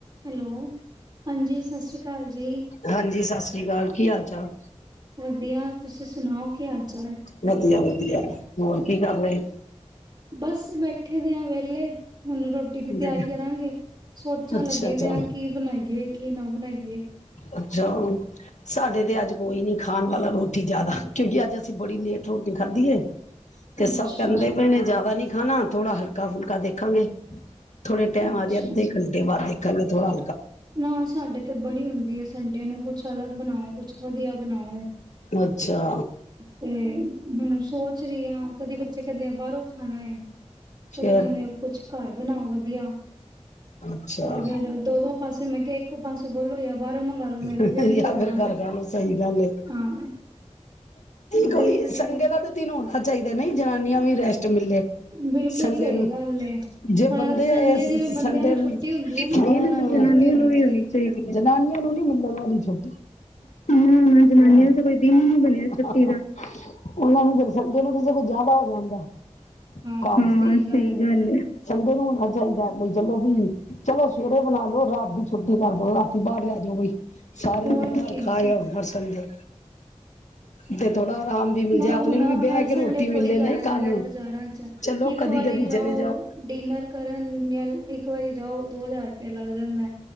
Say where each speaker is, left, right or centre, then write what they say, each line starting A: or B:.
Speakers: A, on the right; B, on the left.
A: Hello ਹਾਂਜੀ ਸਤਿ ਸ੍ਰੀ ਅਕਾਲ ਜੀ
B: ਹਾਂਜੀ ਸਤਿ ਸ਼੍ਰੀ ਅਕਾਲ ਕੀ ਹਾਲ ਚਾਲ
A: ਵਧੀਆ ਤੁਸੀਂ ਸੁਣਾਓ ਕੀ ਹਾਲ ਚਾਲ
B: ਵਧੀਆ ਹੋਰ ਕੀ ਕਰ ਰਹੇ
A: ਬਸ ਬੈਠੇ ਦੇ ਆ ਵੇਹਲੇ ਹੁਣ ਰੋਟੀ ਦੀ ਤਿਆਰੀ
B: ਦੇ
A: ਕਰਾਂਗੇ ਸੋਚਣ
B: ਅੱਛਾ
A: ਲੱਗੇ
B: ਅੱਛਾ
A: ਪ ਆ ਕੀ ਬਣਾਈਏ ਕੀ ਨਾ ਬਣਾਈਏ <unintelligible>
B: ਅੱਛਾ ਸਾਡੇ ਤੇ ਅੱਜ ਕੋਈ ਨੀ ਖਾਣ ਵਾਲਾ ਰੋਟੀ ਠਜਿਆਦਾ ਕਿਉਂਕਿ ਅੱਜ ਅਸੀਂ ਬੜੀ ਲੇਟ ਰੋਟੀ ਖਾਧੀ ਤੇ
A: ਅੱਛਾ
B: ਸਭ ਕਹਿੰਦੇ ਪਏ ਨੇ ਜਿਆਦਾ ਨੀ ਖਾ ਥੋੜਾ ਹਲਕਾ ਫੁਲਕਾ ਦੇਖਾਂਗੇ ਥੋੜ੍ਹੇ ਟਾਈਮ
A: ਅੱਛਾ
B: ਜਾਏ ਅੱਧੇੰਟੇ ਬਾਦ ਦੇਖਣਗੇ ਥੋੜ੍ਹਾ
A: ਨਾ ਸਾਡੇ ਤੇ ਬੜੀ ਹੁੰਦੀ ਹੈ ਸਨਠੰਡੇ ਨੂੰ ਕੁਛ ਅਲੱਗ ਬਣਾਓ ਕੁਛ ਵਧੀਆ ਬਣਾਓ
B: ਅੱਛਾ
A: ਤੇ ਹੁਣ ਸੋਚ ਰਹੀ ਹ ਕਦੇ ਬੱਚੇ ਕਹਿੰਦੇ ਆ ਬਾਹਰੋਂ ਖਾਣਾ ਹੈ ਕਦੇ
B: ਫੇਰ
A: ਕਹਿੰਦੇ ਆ ਕੁਛ ਘਰ ਬਣਾਓ ਵਧੀਆ
B: ਅੱਛਾ
A: ਤੇ ਫੇਰ ਦੋ ਦੋ ਫਿਰ ਮੈ ਕਿਹਾ ਏਕੋ ਪਾਸੇਬੋਲੋ ਜਾਂ ਬਾਹਰੋਂ ਮੰਗਵਾ ਲੋ ਮੈਂ
B: ਜਾਂ
A: ਵੀ ਵਿਹਲੀ ਹੋ ਜਾਵਾਂਗੀ
B: ਫਿਰ ਘਰ ਖ਼ਾ ਲਓ ਸਹੀ ਗੱਲ
A: ਹਾਂ
B: ਕਈ
A: ਦੇਖਦੇ
B: ਸੰਡੇ ਦਾ ਤਾਂ ਦਿਨ ਹੋਦਾ ਚਾਹੀਦਾ ਨਹੀਂ ਜਨਾਨੀਆਂ ਵੀ ਰੈਸਟ ਮਿਲੇ
A: ਬਿਲਕੁਲ
B: ਸੰਡੇ
A: ਸਹੀ
B: ਨੂੰ
A: ਗੱਲ ਏ।
B: ਜੇ
A: ਥੋੜਾ
B: ਬੰਦੇ
A: ਸੰਡੇ
B: ਆ
A: ਜਿਵੇਂ ਬੰਦਿਆਂ
B: ਸੰਡੇ
A: ਨੂੰ
B: ਜਨਾਨੀਆਂ
A: ਛੁੱਟੀ ਹੁੰਦੀ ਹੈ ਨਾ ਤੇ ਜਨਾਨੀਆਂ ਵੀ
B: ਨੂੰ ਹੀ ਹੋਣੀ ਚਾਹੀਦੀ
A: ਹੈ।
B: ਜਨਾਨੀਆਂ ਨੂੰ ਨੀ ਮਿਲਣ ਵਾਲੀ ਛੁੱਟੀ ਨਾ ਨਾ ਜਨਾ ਨੀਆਂ ਚ ਕੋਈ ਦਿਨ ਹੀ ਨੀ ਬਣਿਆ ਛੁੱਟੀ ਦਾ ਉਹਨਾਂ ਨੂੰ ਫਿਰ ਨੂੰ ਸਮਝ ਲਓ ਕਿਸੇ ਕੁਝ ਜਿਆਦਾ ਹੋ ਜਾਂਦਾ
A: ਹਾਂ
B: ਕੰਮ
A: ਸਹੀ
B: ਸਿਗਾ
A: ਗੱਲ ਹੈ
B: ਨਈ ਚਾਹੀਦਾ ਬਈ ਚਲੋ ਵੀ ਚਲੋ ਸਵੇਰੇ ਬਣਾ ਲੋ ਰਾਤ ਦੀ ਛੁੱਟੀ ਕਰ ਦਓ ਰਾਤੀ ਬਾਹਰ ਲੈ ਜਾਓ ਬਈ ਸਾਰੇ
A: ਹੋਰ
B: ਹੁਣ ਘਰ
A: ਕੀ
B: ਖਾਓ ਹਰ ਸੰਡੇ ਤੇ ਥੋੜਾ ਆਰਾਮ ਵੀ ਮਿਲ
A: ਮੈ
B: ਜਾਏ ਆਪਣੇ
A: ਹੁਣ
B: ਨੂੰ ਵੀ ਬਹਿ
A: ਹਰ
B: ਕੇ
A: ਸੰਡੇ
B: ਰੋਟੀ ਮਿਲੇ
A: ਥੋੜੀ ਜਾਇਆ
B: ਨਹੀਂ ਕਾਨੂੰ।
A: ਜਾਂਦਾ ਬਜ਼ਾਰਾਂ ਚ
B: ਚਲੋ
A: ਇੱਕ
B: ਕਦੀ
A: ਵਾਰੀ
B: ਕਦੀ
A: ਜਾਓ
B: ਚਲੇ
A: ਡਿਨਰ ਕਰਨ ਯ ਇੱਕ ਵਾਰੀ ਜਾਓ ਦੋ ਹਜ਼ਾਰ ਲਗ ਜਾਂਦਾ ਹੈ